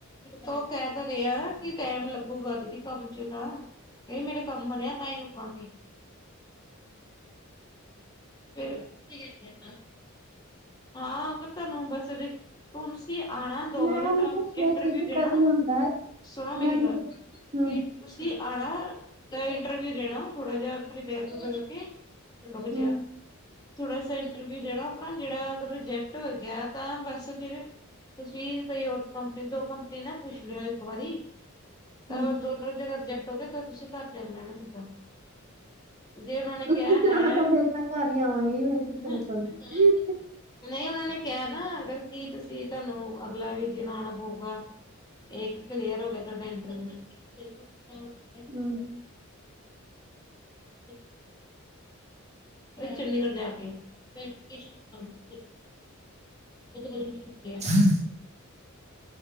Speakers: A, on the left; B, on the right.
A: ਤੋ ਕਹਿ ਤੇ ਰਹਿ ਏ, ਦੀਦੀ ਟੈਮ ਲੱਗੂਗਾ ਦੀਦੀ ਕੰਮ ਚ ਤਾਂ। ਏ ਮੇਰੇ ਕੰਮ ਬਨਿਆ, ਤਾਂ ਹੀ ਰੁਕਾਂਗੀ। ਫਿਰ ਕੀ ਕਹਿੰਦੀ ਹੈ ਸਸ? ਹਾਂ, ਪਤਾ ਤੁਹਾਨੂੰ ਬੱਸ ਵੀ ਤੁਮਸ ਤੁਸੀਂ ਆਣਾ ਦੋ
B: ਮੈਂ
A: ਵਜੇ
B: ਉਹਨੂੰ
A: ਤਕ
B: ਪੁੱਛਿਆ
A: ਇੰਟਰਵਿਊ
B: ਸੀ ਕਿੱਦਾਂ
A: ਦੇਣਾ
B: ਦੀ ਹੁੰਦਾ ਹੈ
A: ਸੁਣੋ ਮੇਰੀ
B: ਮੈਂ ਉਹਨੂੰ
A: ਗੱਲ ਵੇਖਦੀ
B: ਹੂੰ
A: ਆ। ਤੁਸੀਂ ਆਣਾ ਤੇ ਇੰਟਰਵਿਊ ਦੇਣਾ ਥੋੜਾ ਜਿਹਾ ਪ੍ਰਪੇਅਰ-ਪੁਰੁਪੇਅਰ ਕਰਕੇ। ਲੁਕ
B: ਹੂੰ
A: ਜਾ ਥੋੜਾ ਸਾ ਇੰਟਰਵਿਊ ਦੇਣਾ ਆਪਣਾ ਜੇੜਾ ਅਗਰ ਰਿਜੈਕਟ ਹੋ ਗਿਆ ਤਾਂ ਬਸ ਫਿਰ। ਤੁਸੀਂ ਕੋਈ ਹੋਰ ਕੰਪਨੀ ਦੋ ਕੰਪਨੀ ਨਾ ਪੁੱਛ ਲਿਓ ਇੱਕ ਵਾਰੀ। ਤਾਂ
B: ਹੂੰ
A: ਦੋਨੋ ਜਗ੍ਹਾ ਰਿਜੈਕਟ ਹੋ ਗਏ ਤਾਂ ਤੁਸੀਂ ਘਰ ਚੱਲੋ ਨਾ ਸਿੱਧਾ। ਜੇ ਉਹਨਾਂ ਨੇ ਕਿਹਾ
B: ਹਾਂ
A: ਹੈ
B: ਤਾਂ ਫੇਰ ਤਾਂ ਘਰ ਹੀ ਆਵਾਂਗੀ ਫੇਰ ਕਿੱਥੇ
A: <unintelligible>
B: ਰੁਕਾਂਗੀ।
A: ਨੀ ਉਹਨਾਂ ਨੇ ਕਿਹਾ ਨਾ ਅਗਰ ਕੀ ਤੁਸੀਂ ਤੁਹਾਨੂੰ ਅਗਲਾ ਵੀ ਦਿਨ ਆਉਣਾ ਪਊਗਾ। ਏ ਇੱਕ ਕਲੀਅਰ ਹੋ ਗਿਆ ਤੁਹਾਡਾ ਇੰਟਰਵਿਊ।
B: ਹੂੰ।
A: ਚਏ <unintelligible> ਚੰਡੀਗੜ੍ਹ ਜਾ ਕੇ ਆ <unintelligible> ਇਕ- ਦੋ ਦਿਨ ਕੀ ਛੁੱਟੀ ਐ।
B: <inaudible>